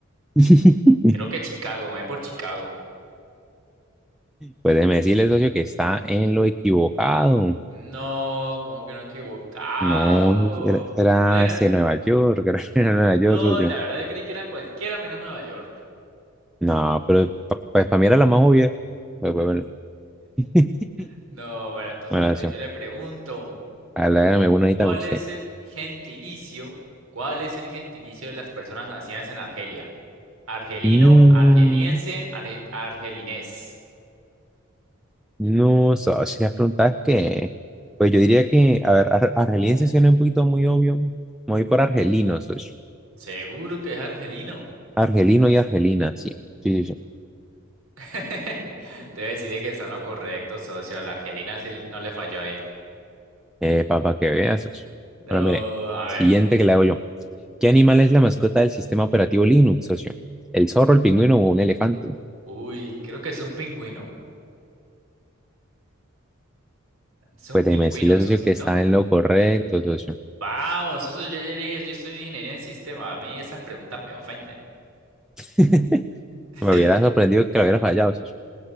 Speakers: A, in the centre; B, on the right.
A: <laughs>
B: Creo que Chicago, me voy por Chicago.
A: Pues déjeme decirle, socio, que está en lo equivocado.
B: No, como que no he equivocado.
A: No, era, era
B: ¿Cuál era?
A: este Nueva York, <laughs> era, Nueva York,
B: No,
A: socio.
B: la verdad yo creí que era cualquiera menos Nueva York.
A: No, pero pa- pues para mí era la más obvia. Pero, pero bueno, <laughs>
B: <laughs> No, bueno, entonces,
A: bueno,
B: entonces
A: socio,
B: yo le pregunto,
A: a la- hágame una ahorita
B: ¿cuál
A: a usted.
B: es el gentilicio? ¿Cuál es el gentilicio de las personas nacidas en Argelia? Argelino,
A: No.
B: argeliense, arge- argelinés.
A: No, socio, si las preguntas que, pues yo diría que, a ver, ar- argeliense suena un poquito muy obvio. Me voy por argelino, socio.
B: Seguro que es argelino.
A: Argelino y argelina, sí. Sí, sí, sí.
B: <laughs> Debe decirle que está en lo correcto, socio. La argelina sí no le falló ahí.
A: Eh, papá, que veas, socio.
B: No,
A: Bueno, mire,
B: a ver.
A: siguiente que le hago yo. ¿Qué animal es la mascota del sistema operativo Linux, socio? ¿El zorro, el pingüino o un elefante?
B: Uy, creo que es un pingüino. Es un
A: Pues
B: pingüino,
A: déjeme decirle,
B: socito.
A: socio, que está en lo correcto, socio.
B: Vamos, socio, yo ya dije, yo estudio ingeniería en sistema. A mí esas preguntas me ofenden.
A: <laughs>
B: <laughs>
A: Me hubiera sorprendido que lo hubiera fallado, socio.